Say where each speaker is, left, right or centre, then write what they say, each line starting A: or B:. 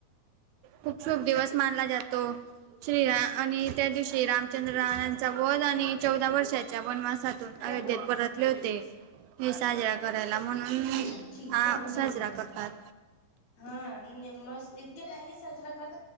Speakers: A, on the right; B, on the left.
A: खूप शुभ दिवस मानला जातो श्रीरा आणि त्या दिवशी रामचंद्र राचा वध आणि चौदा वर्षाच्या वनवासातून
B: फोड
A: अयोध्येत
B: दवला
A: परतले होते हे साजरा करायला म्हणून
B: हम्म
A: हा
B: <inaudible>
A: साजरा करतात.